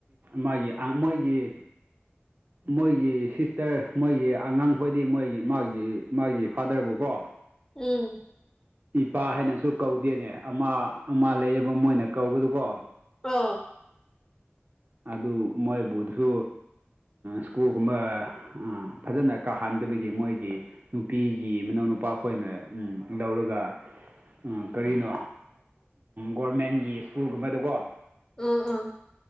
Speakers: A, on the right; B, on the left.
A: ꯃꯥꯒꯤ ꯃꯣꯏꯒꯤ ꯃꯣꯏꯒꯤ ꯁꯤꯁꯇꯔ ꯃꯣꯏꯒꯤ ꯑꯉꯥꯡꯈꯣꯏꯗꯤ ꯃꯣꯏꯒꯤ ꯃꯥꯒꯤ ꯃꯥꯒꯤ ꯐꯥꯗꯔꯕꯨꯀꯣ
B: ꯎꯝ
A: ꯏꯄꯥ ꯍꯥꯏꯅꯁꯨ ꯀꯧꯗꯦꯅꯦ ꯑꯃ ꯑꯃ ꯂꯩ ꯑꯗꯨꯅ ꯀꯧꯕꯗꯨꯀꯣ
B: ꯑ
A: ꯑꯗꯨ ꯃꯣꯏ ꯣꯙꯨ ꯁ꯭ꯀꯨꯜꯒꯨꯝꯕ ꯐꯖꯅ ꯀꯥꯍꯟꯗꯕꯒꯤ ꯃꯣꯏꯒꯤ ꯅꯨꯄꯤꯒꯤ ꯃꯅꯥꯎ ꯅꯨ ꯅꯨꯄꯥ ꯑꯩꯈꯣꯏꯅ ꯂꯧꯔꯒ ꯎꯝ ꯀꯔꯤꯅꯣ ꯒꯣꯔꯃꯦꯟꯒꯤ ꯁ꯭ꯀꯨꯜꯒꯨꯝꯕꯗꯀꯣ
B: ꯑ ꯑꯥ